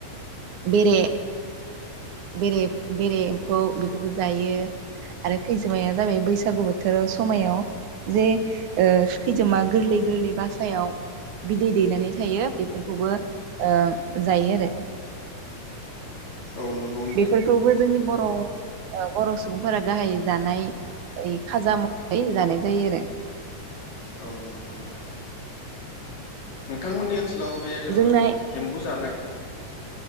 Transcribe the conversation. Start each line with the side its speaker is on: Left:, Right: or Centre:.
Right: बेरे बेरे बेरे एम्फौ बेखौबो जायो आरो खैजोमाया जाबाय बैसागु बोथोराव समायाव जे ओ खैजोमा गोरलै गोरलै बासायाव बिदै दैनानै थायो बेफोरखौबो ओ जायो आरो
Left: औ नंगौ नोंथां
Right: बेफोरखौबो जोंनि बर' ओ बर' सुबुंफोरा गाहाय जानाय खाजा महरै जानाय जायो आरो।
Left: औ नंगौ नोंथां नोंथांमोननि ओनसोलाव ओ बे
Right: जोंना
Left: एम्बु जानाय